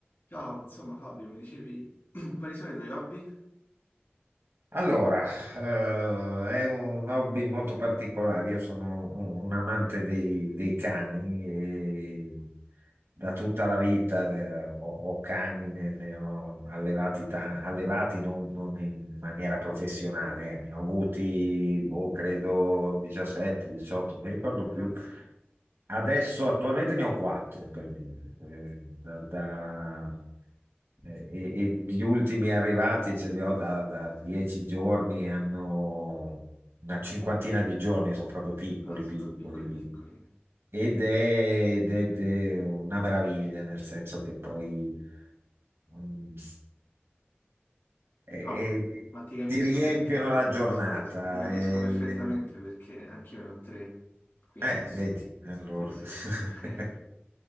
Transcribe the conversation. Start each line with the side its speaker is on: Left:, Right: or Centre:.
Left: Ciao, insomma Fabio, mi dicevi <clears throat> quali sono i tuoi hobby?
Right: Allora, eh, è un hobby molto particolare. Io sono un, un amante dei, dei cani e da tutta la vita eh, ho, ho cani, ne, ne ho allevati, ta- allevati non, non in maniera professionale, eh. Ne ho avuti, boh, credo 17, 18, non mi ricordo
Left: Ammazza.
Right: più. Adesso attualmente ne ho quattro per dire. Eh, da, eh, E, e gli ultimi arrivati ce li ho da, da dieci giorni, hanno una
Left: Ah,
Right: cinquantina
Left: questo.
Right: di giorni, sono proprio piccoli,
Left: Ah, sono
Right: piccoli.
Left: proprio piccoli piccoli.
Right: Ed è, ed è- ed è una meraviglia, nel senso che poi mm, e-
Left: No,
Right: e ti,
Left: ma ti capisco
Right: ti riempiono
Left: perché,
Right: la giornata.
Left: sì, sì, ti capisco
Right: e-
Left: perfettamente perché anch'io ne ho tre, quindi
Right: eh, vedi, allora
Left: sì, sì, sì. <laughs>
Right: <laughs>